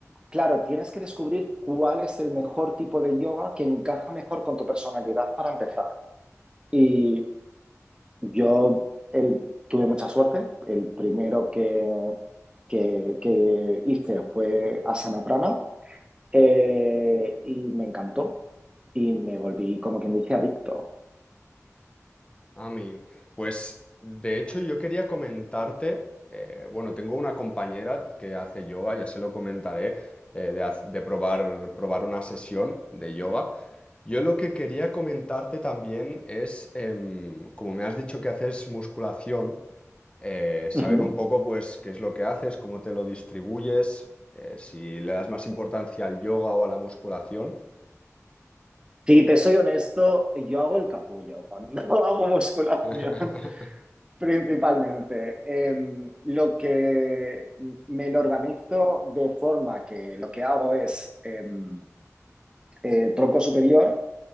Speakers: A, on the right (about 20°); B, on the left (about 20°).
A: claro, tienes que descubrir cuál es el mejor tipo de yoga que encaja mejor con tu personalidad para empezar. Y Yo el- tuve mucha suerte. El primero que, que, que hice fue Asana Prana eh, y me encantó y me volví, como quien dice, adicto.
B: Ah, Amigo, pues de hecho yo quería comentarte, eh, bueno, tengo una compañera que hace yoga, ya se lo comentaré, eh, de, haz- de probar, probar una sesión de yoga. Yo lo que quería comentarte también es, em, como me has dicho que haces musculación, eh, saber
A: Ujú.
B: un poco pues qué es lo que haces, cómo te lo distribuyes, eh, si le das más importancia al yoga o a la musculación.
A: Si te soy honesto, yo hago el capullo cuando <laughs> hago musculación,
B: <laughs>
A: principalmente. Em, lo que me lo organizo de forma que lo que hago es em, eh, tronco superior.